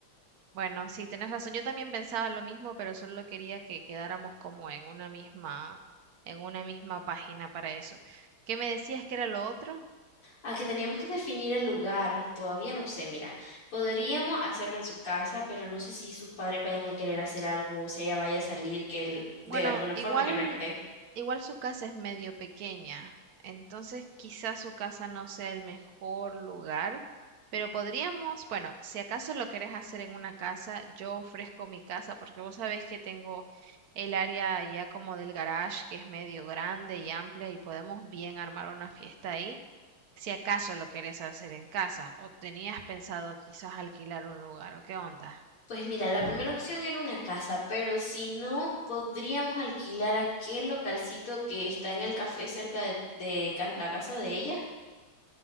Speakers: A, on the right; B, on the left.
A: Bueno, sí, tenés razón. Yo también pensaba lo mismo, pero solo quería que quedáramos como en una misma, en una misma página para eso. ¿Qué me decías que era lo otro?
B: A que teníamos que definir el lugar, todavía no sé, mira, podríamos hacerlo en su casa, pero no sé si sus padres vayan a querer hacer algo o si ella vaya a salir que el- de
A: Bueno,
B: alguna
A: igual,
B: forma que no esté.
A: igual su casa es medio pequeña, entonces quizás su casa no sea el mejor lugar, pero podríamos, bueno, si acaso lo querés hacer en una casa, yo ofrezco mi casa porque vos sabés que tengo el área ya como del garage que es medio grande y amplia y podemos bien armar una fiesta ahí, si acaso lo querés hacer en casa o tenías pensado quizás alquilar un lugar o qué onda.
B: Pues mira, la primera opción era una casa, pero si no, podríamos alquilar aquel localcito que está en el café cerca de, de ca- la casa de ella.